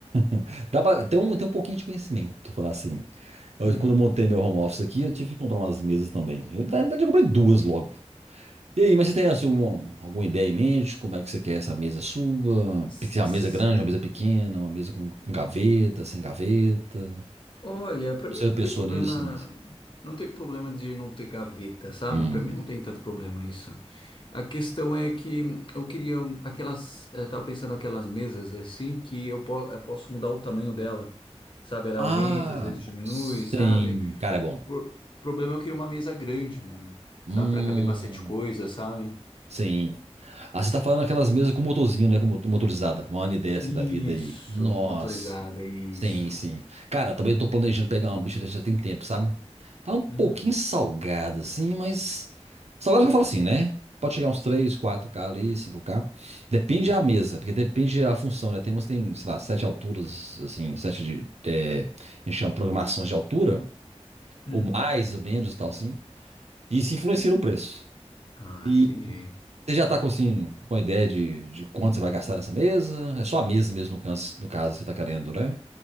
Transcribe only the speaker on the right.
<laughs> Dá pra ter um, ter um pouquinho de conhecimento, falar assim. Eu,
quando eu montei meu home office aqui, eu tive que comprar umas mesas também. Eu, na verdade, eu comprei duas logo. E aí, mas você tem assim, um- alguma ideia em mente? Como é que você quer essa mesa sua?
Pe- Uma
mesa grande, uma mesa pequena, uma mesa com, com gaveta, sem gaveta?
Você
pensou
nisso ainda? assim?
Hum.
Ah,
sim.
Cara, é bom.
Hum,
sim. Ah, você tá falando aquelas mesas com motorzinho, né? Com moto- motorizada. Uma N10
da vida aí. Nossa.
Sim, sim. Cara, eu também tô planejando pegar uma bicha dessa já tem tempo, sabe? Tá um pouquinho
salgada, assim, mas. Salgada
que eu falo assim, né? Pode chegar uns três, quatro k ali, cinco k Depende da mesa, porque depende da função, né? Tem umas que tem, sei lá, sete alturas, assim, sete de. é, a gente chama programações de altura,
ou mais ou menos e tal, assim. E isso influencia no preço.
E
você já tá com, assim, com a ideia de, de quanto você vai gastar nessa mesa? É só a mesa mesmo, no caso, no caso você tá querendo, né?